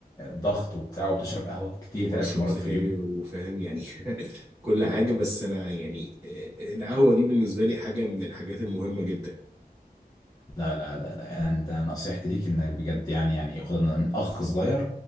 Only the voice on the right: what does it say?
وبشرب
سجاير
وفاهم يعني <laughs> كل حاجه بس انا يعني آه، القهوه دي بالنسبه لي حاجه من الحاجات المهمه جدا